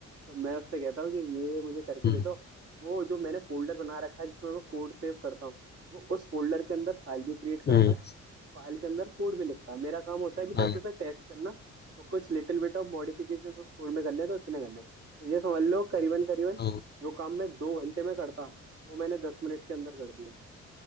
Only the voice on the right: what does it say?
तो मैं उससे कहता हूँ कि ये मुझे करके
दे दो वो जो मैंने फोल्डर बना रखा है जिसमें मैं कोड सेव करता हूँ वो उस फोल्डर के अंदर फाइल भी क्रिएट करता
है फाइल के अंदर कोड भी लिखता मेरा काम होता है कि बस
उसे टेस्ट करना और कुछ लिटिल बिट ऑफ मॉडिफिकेशंस उस कोड में करने हैं, तो इतने करने हैं। तो ये समझ लो करीबन करीबन
जो काम मैं दो घंटे में करता वो मैंने दस मिनट के अंदर कर दिया